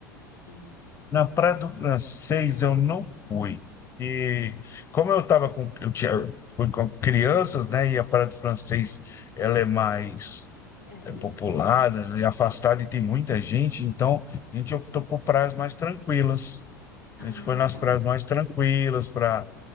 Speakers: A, on the right; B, on the left.
A: e
B: na Praia do Francês eu não fui. E como eu estava com, eu tinha, fui com crianças, né? E a Praia do Francês ela é mais
A: ela é né,
B: é,
A: mais
B: popular,
A: afastada.
B: né, afastada e tem muita gente, então a gente optou por praias mais tranquilas.
A: Ah,
B: A gente foi nas
A: tá.
B: praias mais tranquilas para